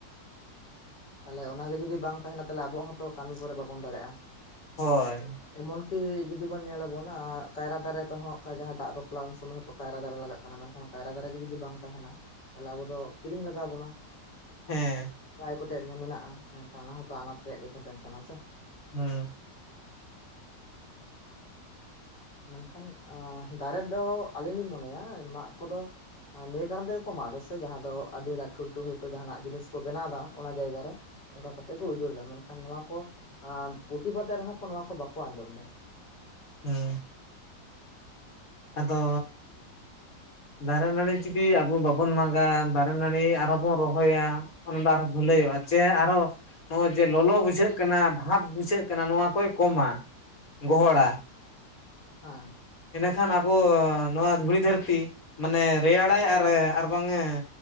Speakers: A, on the left (about 70°); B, on the left (about 50°).
A: ᱛᱟᱦᱚᱞᱮ ᱚᱱᱟ ᱜᱮ ᱡᱩᱫᱤ ᱵᱟᱝ ᱛᱟᱦᱮᱱᱟ, ᱛᱟᱦᱚᱞᱮ ᱟᱵᱚᱣᱟᱜ ᱦᱚᱸᱛᱚ ᱠᱟᱢᱤ ᱠᱚᱨᱮ ᱵᱟᱵᱚᱱ ᱫᱟᱲᱮᱜᱼᱟ᱾
B: ᱦᱚᱭ᱾
A: ᱮᱢᱚᱱ ᱠᱤ ᱡᱩᱫᱤ ᱵᱚᱱ ᱧᱮᱞᱟᱵᱚᱱ ᱟᱜ ᱠᱟᱭᱨᱟ ᱫᱟᱨᱮ ᱛᱮᱦᱚᱸ ᱠᱟ ᱡᱟᱦᱟᱸ ᱫᱟᱜ ᱵᱟᱯᱞᱟ ᱩᱱ ᱥᱚᱢᱟᱹᱭ ᱦᱚᱸ ᱛᱚ ᱠᱟᱭᱨᱟ ᱫᱟᱨᱮ ᱞᱟᱜᱟᱜ ᱠᱟᱱᱟ᱾ ᱢᱮᱱᱠᱷᱟᱱ ᱠᱟᱭᱨᱟ ᱫᱟᱨᱮ ᱜᱮ ᱡᱩᱫᱤ ᱵᱟᱝ ᱛᱟᱦᱮᱱᱟ, ᱛᱟᱦᱚᱞᱮ ᱟᱵᱚ ᱫᱚ ᱠᱤᱨᱤᱧ ᱞᱟᱜᱟᱣ ᱵᱳᱱᱟ᱾
B: ᱦᱮᱸ᱾
A: ᱠᱚ ᱴᱮᱡ ᱧᱮ ᱢᱮᱱᱟᱜ-ᱟ, ᱢᱮᱱᱠᱷᱟᱱ ᱚᱱᱟ ᱦᱚᱸ ᱛᱚ ᱟᱱᱟᱴ ᱨᱮᱭᱟᱜ ᱜᱮ ᱠᱟᱴᱮᱱ ᱠᱟᱱᱟ ᱥᱮ᱾
B: ᱦᱩᱸ᱾
A: ᱢᱮᱱᱠᱷᱟᱱ ᱟ ᱫᱟᱨᱮ ᱫᱚ ᱟᱞᱤᱧ ᱞᱤᱧ ᱢᱚᱱᱮᱭᱟ ᱦᱮᱸ ᱢᱟᱜ ᱠᱚᱫᱚ ᱱᱤᱭᱟᱹ ᱠᱟᱨᱚᱱ ᱛᱮᱜᱮ ᱠᱚ ᱢᱟᱜ ᱫᱟ ᱥᱮ ᱡᱟᱦᱟᱸ ᱫᱚ ᱟᱰᱤ ᱞᱟᱴᱷᱩ ᱴᱷᱩ ᱦᱚᱭ ᱡᱟᱦᱟᱸ ᱱᱟᱜ ᱡᱤᱱᱤᱥ ᱠᱚ ᱵᱮᱱᱟᱣ ᱫᱟ ᱚᱱᱟ ᱡᱟᱭᱜᱟ ᱨᱮ᱾ ᱚᱱᱠᱟ ᱠᱟᱛᱮᱜ ᱠᱚ ᱩᱡᱟᱹᱲ ᱫᱟ, ᱢᱮᱱ ᱠᱷᱟᱱ ᱱᱚᱣᱟ ᱠᱚ ᱟ ᱯᱨᱩᱛᱤᱼᱵᱟᱫᱮᱜ ᱨᱮᱦᱚᱸ ᱱᱚᱣᱟ ᱠᱚ ᱵᱟᱠᱚ ᱟᱸᱡᱚᱢ ᱫᱟ᱾
B: ᱦᱮᱸ᱾ ᱟᱫᱚ ᱫᱟᱨᱮ ᱱᱟᱹᱲᱤ ᱡᱩᱫᱤ ᱟᱵᱚ ᱵᱟᱵᱚᱱ ᱢᱟᱜᱟ, ᱫᱟᱨᱮ ᱱᱟᱹᱲᱤ ᱟᱨᱦᱚᱸ ᱵᱚᱱ ᱨᱚᱦᱚᱭᱟ ᱚᱱᱟ ᱫᱚ ᱟᱨᱚ ᱵᱷᱟᱹᱞᱟᱹᱭᱚᱜᱼᱟ, ᱡᱮ ᱟᱨᱚ ᱱᱚᱜᱼᱚᱭ ᱡᱮ ᱞᱚᱞᱚ ᱵᱩᱡᱷᱟᱹᱜ ᱠᱟᱱᱟ, ᱵᱷᱟᱵᱽ ᱵᱩᱡᱷᱟᱹᱜ ᱠᱟᱱᱟ, ᱱᱚᱣᱟ ᱠᱚᱭ ᱠᱚᱢᱟ ᱜᱚᱦᱚᱲᱟ᱾
A: ᱦᱟᱸ᱾
B: ᱠᱷᱟᱱ ᱟᱵᱚ ᱱᱚᱣᱟ ᱫᱷᱩᱲᱤ ᱫᱷᱟᱹᱨᱛᱤ ᱢᱟᱱᱮ ᱨᱮᱭᱟᱲᱟᱭ ᱟᱨ ᱟᱨ ᱵᱟᱝᱮ